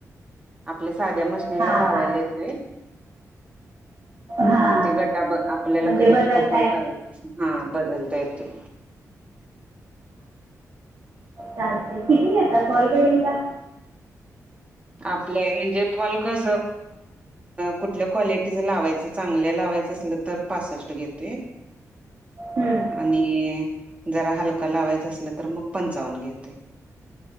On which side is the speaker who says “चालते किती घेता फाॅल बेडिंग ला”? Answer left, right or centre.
Right